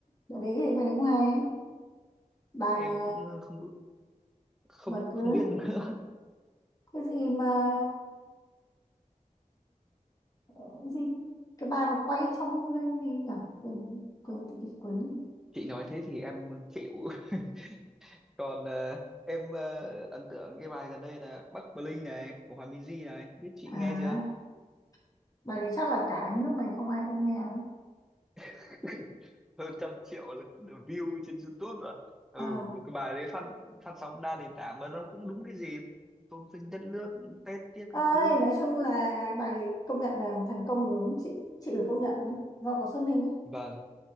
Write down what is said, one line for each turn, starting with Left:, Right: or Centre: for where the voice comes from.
Left: Đợt đấy thì bài đấy cũng hay đấy Bài
Centre: em
Left: mà
Centre: cũng không không
Left: mà cứ
Centre: không biết nữa. <laughs>
Left: cái gì mà cái gì cái bài mà quay trong mưa hay gì nhỉ quên quên tự nhiên quên nữa.
Centre: Chị nói thế thì em chịu. <laughs> Còn ờ, em ờ, ấn tượng cái bài gần đây là Bắc Bling này của Hòa Minzy này, biết chị
Left: à
Centre: nghe chưa?
Left: bài đấy chắc là cả cái nước này không ai không nghe nữa.
Centre: <laughs> Hơn trăm triệu lượt view trên YouTube rồi. Ừ,
Left: ờ
Centre: một cái bài đấy phát phát sóng đa nền tảng mà nó cũng đúng cái gì tôn vinh đất nước, Tết tiếc
Left: ơi
Centre: các thứ.
Left: nói chung là bài đấy công nhận là thành công lớn chị chị phải công nhận đấy. do có Xuân Ninh ấy
Centre: Vâng.